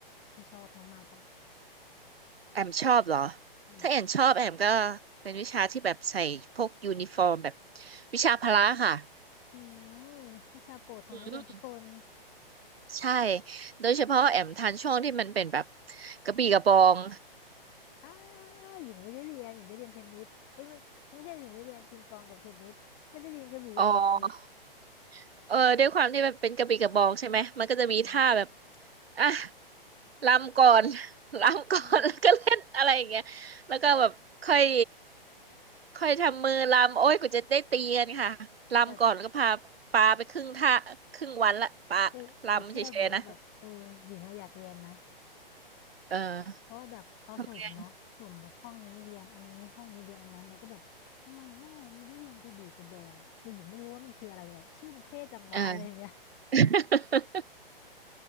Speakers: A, on the left; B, on the right.
A: ที่ชอบมากๆปะ
B: แอมชอบเหรอ
A: อืม
B: ถ้าแอมชอบแอมก็เป็นวิชาที่แบบใส่พวกยูนิฟอร์มแบบวิชาพละค่ะ
A: อืมวิชาโปรดของนักเรียนทุกคน
B: อืมใช่ โดยเฉพาะแอมทันช่วงที่มันเป็นแบบกระบี่กระบอง
A: อ้าหญิงไม่ได้เรียนหญิงได้เรียนเทนนิสเอ้ยไม่ไม่ใช่หญิงได้เรียนปิงปองกับเทนนิสไม่ได้เรียนกระบี่กระบอง
B: อ๋อ เออ ด้วยความที่มันเป็นกระบี่กระบองใช่ไหม มันก็จะมีท่าแบบ
A: อืม
B: อ่ะ รำก่อน <laughs> รำก่อน
A: อืม
B: <laughs> แล้วก็เล่นอะไรอย่างเงี้ยแล้วก็แบบค่อยค่อยทำมือรำโอ้ยกูจะได้ตีกันค่ะรำก่อนแล้วก็พาปาไปครึ่งท่าครึ่งวันละปารำเฉยๆนะ
A: แต่แต่แต่เชื่อไหมว่าแบบเออหญิงอะอยากเรียนนะ
B: เออ
A: เพราะว่าแบบเขาสุ่มเนาะสุ่มแบบห้องนี้เรียนอันนี้ห้องนี้เรียนอันนั้นแล้วก็แบบทำไมห้องเราไม่ได้เรียนกระบี่กระบองอ่ะคือหญิงไม่รู้ว่ามันคืออะไรแต่แบบชื่อมันเท่จังวะอะไรอย่างเงี้ย
B: ทำไมเออ <laughs>